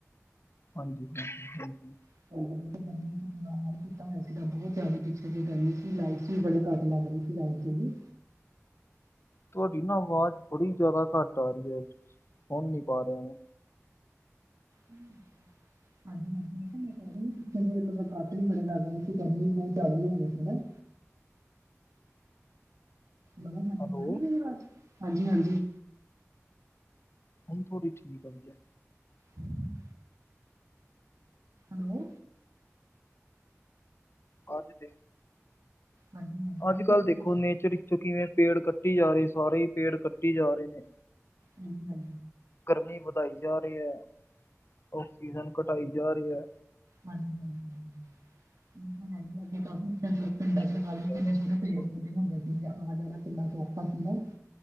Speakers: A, on the left (about 50°); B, on the right (about 85°).
A: ਹਾਂਜੀ ਹਾਂਜੀ ਹਾਂਜੀ।
B: <inaudible> ਕੀਤਾ ਹੋਇਆ ਸੀਗਾ ਬਹੁਤ ਜ਼ਿਆਦਾ। ਪਿੱਛੇ ਜਿਹੇ ਗਰਮੀ ਸੀ ਲਾਈਟਸ ਵੀ ਬੜੇ ਕੱਟ ਲਗ ਰਹੀ ਸੀ ਲਾਈਟ ਦੇ ਵੀ।
A: ਤੁਹਾਡੀ ਨਾ ਆਵਾਜ਼ ਬੜੀ ਜਿਆਦਾ ਘੱਟ ਆ ਰਹੀ ਹੈ। ਸੁਣ ਨਹੀ ਪਾ ਰਿਹਾ ਮੈਂ।
B: ਹਮ ਹਾਂਜੀ ਹਾਂਜੀ ਕਿਹਾ ਮੈਂ ਕਹਿ ਰਹੀ ਪਿੱਛੇ ਕਤ ਵੀ ਬੜੇ ਲੱਗ ਗਏ ਸੀ ਗਰਮੀ ਵੀ ਬਹੁਤ ਜ਼ਿਆਦਾ ਹੋ ਗਈ ਸੀ <inaudible> ਹਮ
A: ਹੈਲੋ
B: ਹਾਂਜੀ ਹਾਂਜੀ
A: ਹੁਣ ਥੋੜੀ ਠੀਕ ਆਈ ਹੈ।
B: ਹਮ ਹੈਲੋ
A: ਹਾਂਜੀ ਦੇ
B: ਹਾਂਜੀ ਹਾਂਜੀ ਮੈਂ
A: ਅੱਜ
B: ਕਿਹਾ
A: ਕੱਲ
B: ਜਿੱਦਾਂ
A: ਦੇਖੋ ਨੇਚਰ ਵਿੱਚੋਂ ਕਿਵੇਂ ਪੇੜ ਕੱਟੀ ਜਾ ਰਹੇ ਸਾਰੇ ਹੀ ਪੇੜ ਕੱਟੀ ਜਾ ਰਹੇ ਨੇ।
B: ਹਮ ਹਾਂ
A: ਗਰਮੀ ਵਧਾਈ ਜਾ ਰਹੀ ਹੈ ਔਕਸੀਜਨ ਘਟਾਈ ਜਾ ਰਹੀ ਹੈ।
B: ਹਾਂਜੀ, ਹਾਂਜੀ ਇਹ ਤਾਂ ਹੈ ਹੀ। ਕਾਫੀ ਪਲ ਪਿੰਡਾਂ ਚ ਲਗਾ
A: ਵੀ
B: ਲੋ
A: ਜ਼ਿਆਦਾ
B: ਕਿੰਨੇ
A: ਹੋ
B: ਸੋਹਣੇ
A: ਗਈ
B: ਪੇੜ
A: ਹੈ
B: ਪੌਦੇ ਹੁੰਦੇ ਸੀਗੇ ਆ। ਕਿੰਨਾ ਸੌਖਾ ਸੀ ਨਾ